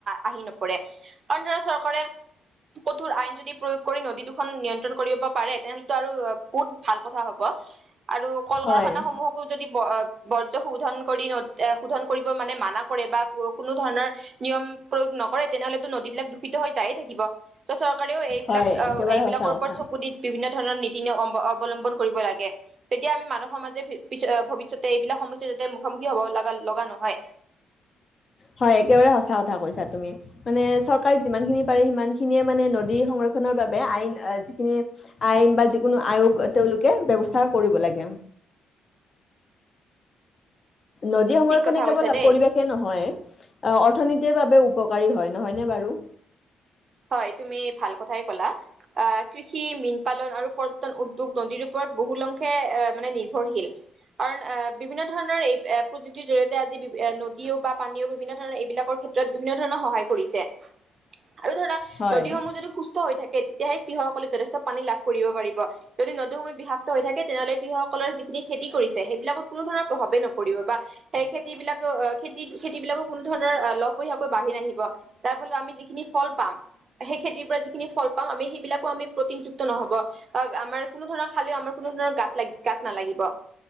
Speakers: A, on the right (about 35°); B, on the left (about 30°).
A: আহি নপৰে অন্ধ্ৰ চৰকাৰে কঠোৰ আইন যদি প্ৰয়োগ কৰি নদী দুখন নিয়ন্ত্ৰণ কৰিব পাৰে তেনেহ'লে আৰু বহুত ভাল কথা হব আৰু কল
B: হয়
A: কাৰখানা সমূহকো যদি বৰ্জ শোধন কৰি শোধন কৰিব মানে মানা কৰে বা কোনো ধৰণৰ নিয়ম প্ৰয়োগ নকৰে তেনেহলেতো নদীবিলাক দূষিত হৈ যায়ে থাকিব। ত চৰকাৰেও এইবিলাক
B: হয় একেবাৰে
A: এইবিলাকৰ
B: সঁচা কথা
A: ওপৰত চকু দি বিভিন্ন ধৰণৰ খিনি অৱ অৱলম্বন কৰিব লাগে। তেতিয়া আমি মানুহ সমাজে পি -পিছত ভবিত তাৰপিছতে এইবিলাক সমস্যা যাতে মুখামুখি হব লগা লগা নহয়।
B: হয় একেবাৰে সচা কথা কৈছা তুমি। মানে চৰকাৰে যিমানখিনি পাৰে সিমান খিনিয়ে মানে নদী সংৰক্ষনৰ বাবে আইন যি খিনি আইন বা যিযোনো আয়োগ তেওঁলোকে বৱস্থা কৰিব লাগে। নদী সংৰক্ষনে
A: ঠিক কথা
B: কেৱল
A: কৈছা দেই
B: পৰিৱেশে নহয় অ অৰ্থনীতিৰ বাবেও উপকাৰী হয়, নহয়নে বাৰু?
A: হয় তুমি ভাল কথাই কলা। আ কৃষি, মীন পালন আৰু পৰ্যটন উদ্যোগ নদীৰ ওপৰত বহুলংখে মানে নিৰ্ভৰশীল কাৰণ আহ বিভিন্ন ধৰণৰ এই প্ৰযুক্তিৰ জৰিয়তে আজি বি নদীও বা পানীও বিভিন্ন ধৰণৰ এইবিলাকৰ ক্ষেত্ৰত বিভিন্ন ধৰণৰ সহায় কৰিছে। আৰু ধৰা
B: হয়
A: নদীসমূহ যদি সুস্থ হৈ থাকে তেতিয়াহে কৃষকসকলে যথেষ্ট পানী লাভ কৰিব পাৰিব। যদি নদী সমূহ বিষাক্ত হৈ থাকে তেনেহলে কৃষকসকলৰ যিখিনি খেতি কৰিছে সেইবিলাকত কোনো ধৰণৰ প্ৰভাৱে নপৰিব বা সেই খেতি বিলাক আহ খেতি খেতিবিলাকো কোনো ধৰণৰ লভীয়াকৈ বাঢ়ি নাহিব যাৰ ফলত আমি যিখিনি ফল পাম, সেই খেতিৰ পৰা যিখিনি ফল পাম আমি সেইবিলাকো আমি প্ৰটিনযুক্ত নহব বা আমাৰ কোনো ধৰণৰ খালেও আমাৰ কোনো ধৰণৰ গা লাগ গাত নালাগিব।